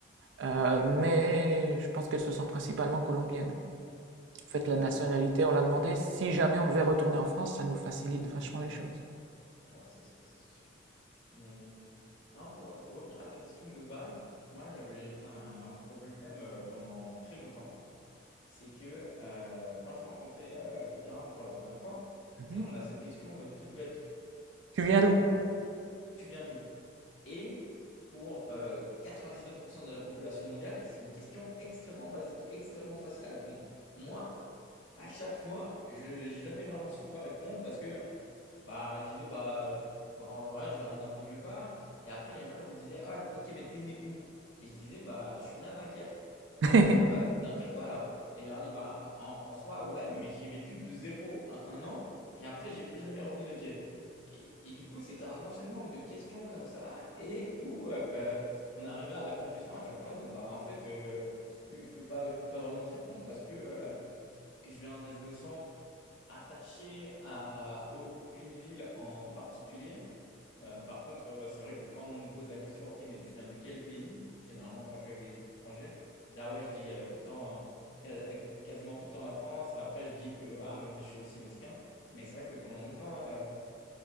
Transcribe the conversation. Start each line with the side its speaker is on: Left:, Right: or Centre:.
Right: Euh, mais je pense qu'elle se sent principalement colombienne. hein. En fait,
Left: Ouais.
Right: la nationalité, on l'a demandé. Si jamais on devait retourner en France, ça nous facilite vachement les choses.
Left: Ah, bah, ça, c'est ça, c'est sûr. Mais hum, non, pour, pour revenir à ta question de base, moi, j'avais un problème euh, pendant très longtemps. C'est que euh, quand je rencontrais euh, quelqu'un pour la première fois,
Right: Mhm.
Left: tu sais, on a cette question euh, toute bête.
Right: Tu viens
Left: Euh,
Right: d'où?
Left: tu viens d'où? Et pour euh, 99% de la population mondiale, c'est une question extrêmement basique, extrêmement facile à répondre. Moi, à chaque fois, je n'ai jamais vraiment su quoi répondre parce que bah, je disais, bah, en vrai, je vais un, un peu nulle part. Et après, les gens ils me disaient, ah, ok, mais t'es né où? Et je disais, bah, je suis né à Dunkerque.
Right: <laughs>
Left: Ils disaient, ah bah, Dunkerquois alors. Et je leur ai dit bah, en, en soi, ouais, mais j'ai vécu de zéro à 1 an, et après, j'ai plus jamais remis les pieds. Et, et du coup, c'était un enchaînement de questions comme ça, et où euh, on arrivait à la conclusion à chaque fois de, bah, en fait, euh, je peux pas, je peux pas vraiment te répondre parce que euh, je viens, je me sens attaché à aucune ville en particulier. Euh, par contre, euh, c'est vrai que quand on me pose la question, ok, mais tu viens de quel pays? Généralement, quand je suis avec des étrangers, là, ouais, je dis euh, tout le temps, euh, ca- quasiment tout le temps la France, et après, je dis que ah, mais je suis aussi mexicain. Mais c'est vrai que pendant longtemps, euh,